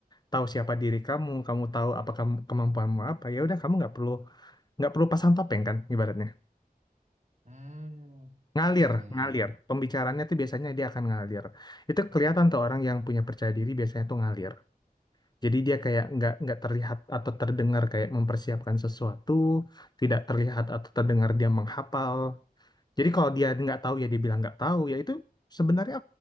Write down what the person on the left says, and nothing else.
tahu siapa diri kamu, kamu tahu apa kamu, kemampuanmu apa, ya udah kamu nggak perlu nggak perlu pasang topeng kan ibaratnya.
Ngalir,
ngalir.
Pembicaranya tuh biasanya dia akan ngalir. Itu kelihatan tuh orang yang punya percaya diri biasanya tuh ngalir. Jadi dia kayak nggak nggak terlihat atau terdengar kayak mempersiapkan sesuatu, tidak terlihat atau terdengar dia menghafal. Jadi kalau dia nggak tahu ya dia bilang nggak tahu, ya itu sebenarnya